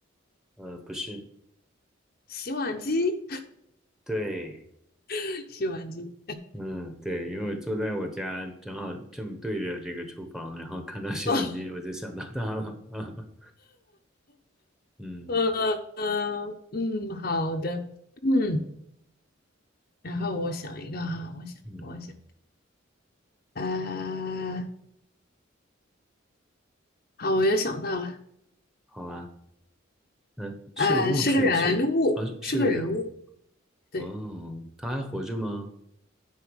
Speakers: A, in the centre; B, on the left.
A: 呃，不是，
B: 洗碗机、
A: 对，
B: <laughs> 洗碗机。
A: 嗯，对，因为我坐在我家，正好正对着这个厨房，然后看到洗碗机，
B: <laughs>
A: 我就想到它了，<laughs> 嗯
B: 呃呃嗯，好的，嗯，然后我想一个哈，我想一个，
A: 嗯，
B: 我想，呃，好，我又想到了，
A: 好吧。嗯，是个物品是啊，
B: 呃，是个人物，是个人物，
A: 是个人
B: 对，
A: 哦，他还活着吗？